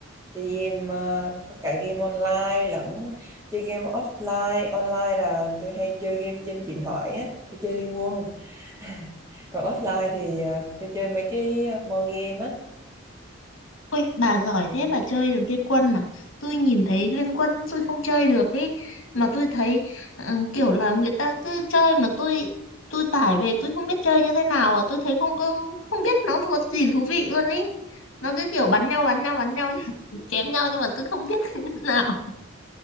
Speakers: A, on the right; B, on the left.
A: chơi game ờ, có cả game online lẫn chơi game offline online là tôi hay chơi game trên điện thoại á tôi chơi Liên Quân <laughs> còn offline thì ờ, tôi chơi mấy cái board game á
B: Ôi, bà giỏi thế bà chơi được Liên Quân à? Tôi nhìn thấy Liên Quân tôi không chơi được ấy. Mà tôi thấy ờ, kiểu là người ta cứ chơi mà tôi tôi tải về tôi không biết chơi như thế nào à. Tôi thấy không có không biết nó có gì thú vị luôn ấy. Nó cứ kiểu bắn nhau bắn nhau bắn nhau <laughs> chém nhau nhưng mà tôi không biết <laughs> thế nào.